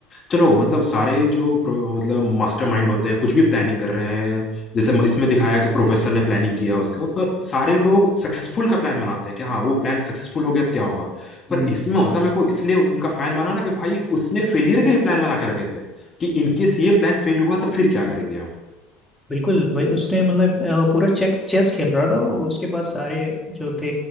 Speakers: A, on the left (about 30°); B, in the centre.
A: चलो मतलब सारे जो प्रो- मतलब मास्टरमाइंड होते हैं कुछ भी प्लानिंग कर रहे हैं जैसे म- इसमें दिखाया कि प्रोफेसर ने प्लानिंग किया उसका पर सारे लोग सक्सेसफुल का प्लान बनाते हैं कि हाँ वो प्लान सक्सेसफुल हो गया तो क्या होगा पर
B: हम्म
A: इसमें वैसा मेरे को इसलिए उनका फैन बना ना कि भाई उसने फेलियर के ही प्लान बना के रखे थे कि इनकेस ये प्लान फेल हुआ तो फिर क्या करेंगे हम
B: बिल्कुल वही उसने मतलब अ, पूरा चेक चेस खेल रहा था वो। उसके पास सारे जो थे